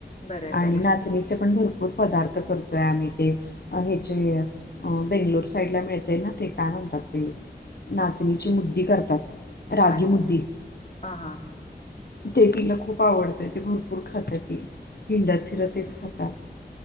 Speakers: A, on the left (about 40°); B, on the left (about 65°).
A: बरं आहे,
B: आणि
A: बरं आहे.
B: नाचणीचे पण भरपूर पदार्थ करतोय, आम्ही ते ह्याचे अ बेंगलोर साईडला मिळते ना, ते काय म्हणतात ते नाचणीची मुद्धी करतात. रागी
A: अच्छा!
B: मुद्दी
A: हा हा.
B: ते तिला खूप आवडतयं, ते भरपूर खात्या ती. हिंडत फिरतच
A: बघा
B: तेच खातात